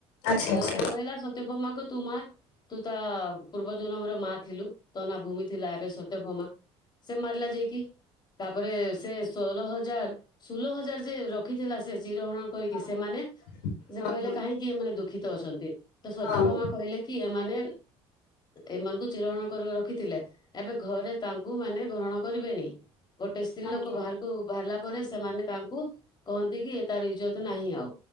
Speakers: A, on the left; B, on the left.
A: ଆଚ୍ଛା
B: ହେଲେ
A: ଆଚ୍ଛା
B: ସେ କହିଲା ସତ୍ୟଭାମାଙ୍କୁ ତୁ ମା ତୁ ତା ପୂର୍ବ ଜନମରେ ମା ଥିଲୁ। ତ ନା ଭୂମି ଥିଲା ଏବେ ସତ ଭୋମା ସେ ମାରିଲା ଯାଇକି। ତା ଉପ ସେ ଷୋଲ ହଜାର ଷୁଲ ହଜାର ଯେ ରଖି ଥିଲା ସେ ଚିର ହରଣ କରିକି
A: ହଁ
B: ସେମାନେ
A: ହଁ
B: ସେ
A: ହଁ
B: କହିଲେ
A: ହଁ
B: କାହିଁକି ଏମାନେ ଦୁଃଖିତ ଅଛନ୍ତି। ତ ସତ୍ୟଭାମା
A: ହଁ
B: କହିଲେ କି ଏମାନେ ଏମାନଙ୍କୁ ଚିରହଣ କର ରଖିଥିଲେ। ଏବେ ଘରେ ତାଙ୍କୁ ମାନେ ଗ୍ରହଣ କରିବେନି ଗୋଟେ ସ୍ତ୍ରୀ
A: ଆଜ୍ଞା
B: ଲୋକ ବାହାରକୁ ବାହାରିଲା ପରେ ସେମାନେ ତାଙ୍କୁ କହନ୍ତି କି ତାର ଇଇ୍ଜତ ନାହିଁ ଆଉ